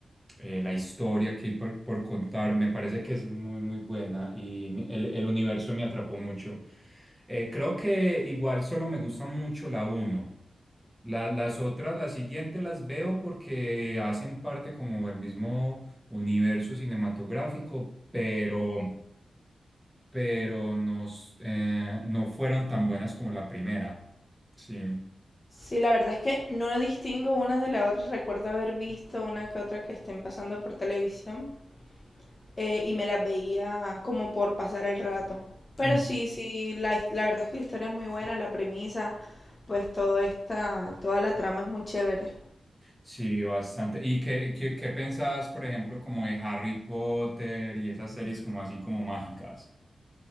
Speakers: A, in the centre; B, on the left.
A: eh, la historia que hay por, por contar me parece que es muy, muy buena y mi- el, el universo me atrapó mucho. Eh, creo que igual solo me gusta mucho la uno. La- las otras, las siguientes las veo porque hacen parte como del mismo universo cinematográfico, pero, pero nos, eh, no fueron tan buenas como la primera. Sí.
B: Sí, la verdad es que no distingo unas de las otras. Recuerdo haber visto una que otra que estén pasando por televisión. eh, y me las veía como por pasar el rato. Pero
A: Mm.
B: sí, sí, la, his- la verdad es que la historia es muy buena, la premisa, pues todo esta, toda la trama es muy chévere.
A: Sí, bastante. ¿Y qué, qué, qué pensás, por ejemplo, como de Harry Potter y esas series como así como mágicas?